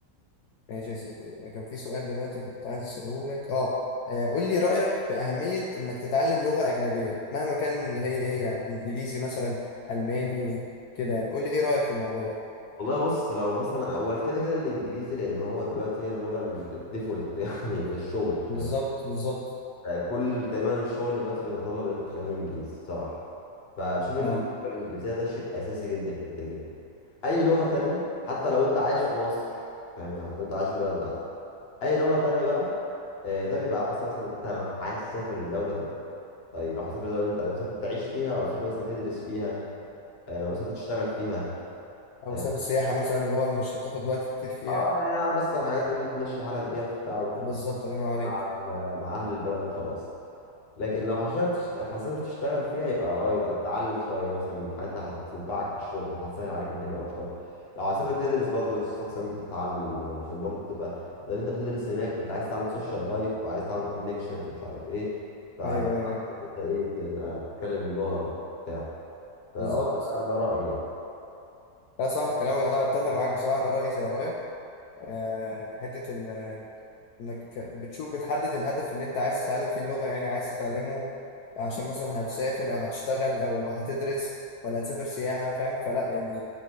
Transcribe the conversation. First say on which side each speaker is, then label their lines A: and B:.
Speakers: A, on the left; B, on the left.
A: ماشي يا سيدي كان في سؤال دلوقتي كنت عايز أسأله لك اه آه، قول لي رأيك في أهمية إنك تتعلم لغة أجنبية مهما كان هي هي يعني إنجليزي مثلا ألماني كده يعني قول لي إيه رأيك في الموضوع ده
B: والله بص لو مثلا اول كده كده الانجليزي لان هو دلوقتي هي اللغه الديفولت <laughs> يعني في الشغل فاهم
A: بالظبط بالظبط
B: يعني كل تقريبا الشغل دلوقتي بيتطلب ان انت تتكلم انجليزي بصراحه فبشوف اللغه
A: اه
B: الانجليزيه ده شيء اساسي جدا جدا جدا اي لغه تانية حتى لو انت عايش في مصر فاهم يعني حتى انت عايش في البلد بتاعتك اي لغه تانية بقى آه، ده بيبقى على حسب مثلا انت عايز تسافر الدوله دي طيب لو هتسافر الدوله اللي انت مسافر تعيش فيها او مسافر مثلا تدرس فيها آه، لو مسافر تشتغل فيها
A: أو
B: آه،
A: مسافة السياحة مثلا اللي هو مش هتاخد وقت كتير فيها
B: اه يعني اعرف بس الحاجات اللي تمشي حالك بيها في بتاع وت-
A: آه، بالظبط
B: وت-
A: الله ينور عليك
B: مع ال- مع اهل البلد وخلاص لكن لو حشرت تشت- حسبت تشتغل فيها يبقى اه يبقى تتعلم شويه مثلا الحاجات اللي هتنفعك في الشغل وهتسهل عليك الدنيا اكتر لو هتسافر تدرس برضه يستحسن انت تتعلم آه، عشان برضه تبقى لان انت بتدرس هناك فانت عايز تعمل سوشيال لايف وعايز تعمل كونكشنز ومش عارف ايه فهيبقى
A: أيوه أيوه
B: احسن
A: أيوه
B: إن انت ايه تبقى بتتكلم اللغه وبتاع فاه
A: بالظبط
B: ده ده رايي يعني
A: لا صح كلامك أنا أتفق معاك بصراحة أنا رأيي زي رأيك آه يعني حتة ال انك بتشوف بتحدد الهدف اللي انت عايز تتعلم فيه اللغة يعني عايز تتعلمه عشان مثلا هتسافر او هتشتغل او هتدرس ولا هتسافر سياحة فاهم فلا يعني